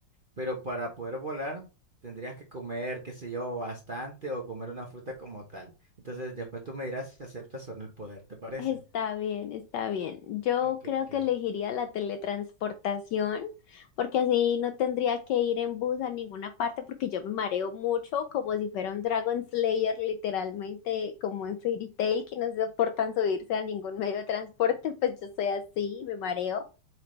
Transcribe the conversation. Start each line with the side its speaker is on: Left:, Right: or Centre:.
Right: pero para poder volar tendrías que comer, qué sé yo, bastante o comer una fruta como tal. Entonces después tú me dirás si aceptas o no el poder, ¿te parece?
Left: Está bien, está bien. Yo
Right: Ok,
Left: creo
Right: ok.
Left: que elegiría la teletransportación porque así no tendría que ir en bus a ninguna parte porque yo me mareo mucho como si fuera un Dragon Slayer, literalmente como en Fairy Tail que no soportan subirse a ningún medio de transporte, <laughs> pues yo soy así, me mareo